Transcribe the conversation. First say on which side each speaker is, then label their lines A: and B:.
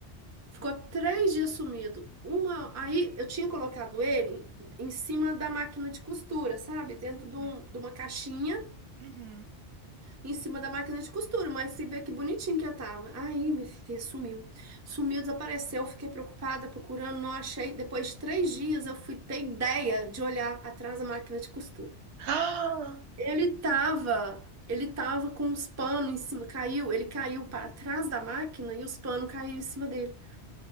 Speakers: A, on the right; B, on the right.
A: Ficou três dias sumido. Uma, aí eu tinha colocado ele em cima da máquina de costura, sabe? Dentro
B: Uhum,
A: de, um- de uma caixinha,
B: uhum.
A: em cima da máquina de costura. Mas se vê que bonitinho que eu tava. Aí, minha filha, sumiu. Sumiu, desapareceu. Fiquei preocupada, procurando, não achei. Depois de três dias, eu fui ter ideia de olhar atrás da máquina de costura.
B: <gasps> Ah!
A: Ele tava, ele tava com os panos em cima, caiu, ele caiu para trás da máquina e os panos caíram em cima dele.